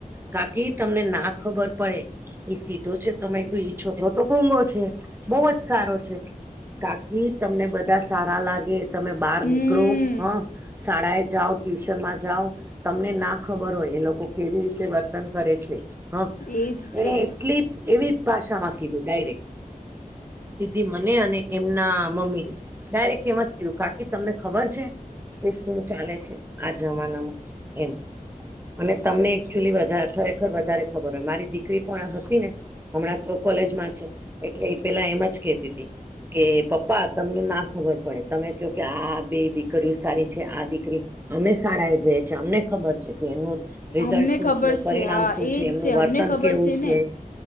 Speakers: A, on the right (about 15°); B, on the left (about 75°).
A: કાકી તમને ના ખબર પડે? એ સીધો છે, તમે એક છોકરો તો ગૂંગો છે બહુ જ સારો છે. કાકી તમને બધા સારા લાગે તમે બાર
B: હમ
A: નીકળો. હ શાળાએ જાઓ ટ્યુશનમાં જાઓ તમને ના ખબર હોય એ લોકો કેવી રીતે વર્તન કરે છે, હ
B: એ જ છે
A: એણે એટલી એવી ભાષા માં કીધું ડાયરેક્ટ સીધી મને અને એમના મમ્મીને ડાયરેક્ટ એમ જ કીધું કાકી તમને ખબર છે? કે શું ચાલે છે. આ જમાનામાં એમ અને તમને એકચુલી વધારે ખરેખર વધારે ખબર હોય મારી દીકરી પણ આ હતી ને હમણાં તો કોલેજમાં છે એટલે એ પેલા એમ જ કેતી તી. કે પપ્પા તમને ના ખબર પડે તમે કયો કે આ બે દીકરીઓ સારી છે આ દીકરી અમે શાળાએ જઈએ છીએ અમને ખબર છે. કે એમનું રિઝલ્ટ
B: અમને
A: શું
B: ખબર
A: છે, પરિણામ
B: હા
A: શું
B: એ
A: છે,
B: જ
A: એમનું વર્તન
B: અમને ખબર
A: કેવું છે
B: ને